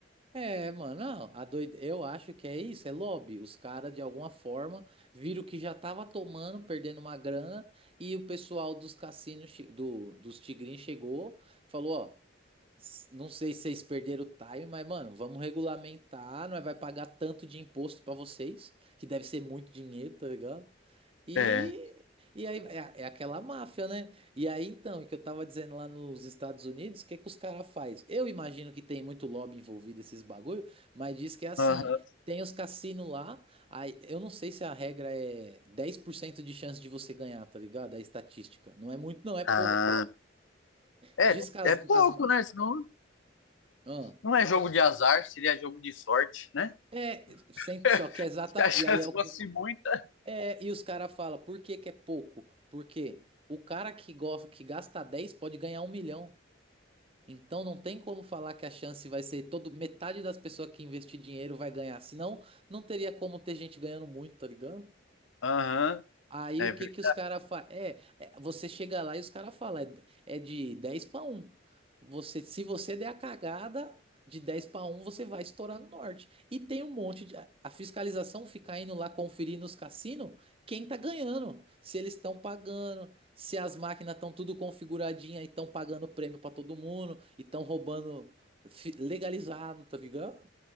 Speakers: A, on the right (about 30°); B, on the left (about 85°).
A: É, mano, não, a doide... eu acho que é isso, é lobby. Os caras, de alguma forma, viram que já tava tomando, perdendo uma grana, e o pessoal dos cassinos, che- do, dos tigrinhos chegou, falou, ó, s- não sei se vocês perderam o time, mas, mano, vamos regulamentar, nós vai pagar tanto de imposto pra vocês, que deve ser muito dinheiro, tá ligado? E,
B: É.
A: e aí é, é aquela máfia, né? E aí então, o que eu tava dizendo lá nos Estados Unidos, o que que os caras faz? Eu imagino que tem muito lobby envolvido esses bagulho, mas diz que é assim,
B: Aham.
A: tem os cassinos lá, aí eu não sei se a regra é 10% de chance de você ganhar, tá ligado? É estatística. Não é muito, não, é pouco.
B: Ah, é,
A: Diz que as,
B: é pouco,
A: as
B: né? Senão
A: ah,
B: não é jogo de azar, seria jogo de sorte, né?
A: é, sem-
B: <laughs>
A: só que é exata,
B: Se a chance
A: e aí é o
B: fosse
A: que os-
B: muita.
A: é, e os caras falam, por que que é pouco? Porque o cara que gosta, que gasta 10 pode ganhar um milhão. Então não tem como falar que a chance vai ser todo metade das pessoas que investir dinheiro vai ganhar, senão não teria como ter gente ganhando muito, tá ligado?
B: Aham.
A: Aí
B: É,
A: o
B: ver-
A: que que os caras fazem? É, é, você chega lá e os caras falam, é, de- é de 10 para um Você, se você der a cagada de 10 para um você vai estourar no norte. E tem um monte de. A a fiscalização fica indo lá conferir nos cassinos quem tá ganhando, se eles estão pagando, se as máquinas estão tudo configuradinha e estão pagando prêmio para todo mundo, e estão roubando fi- legalizado, tá ligado?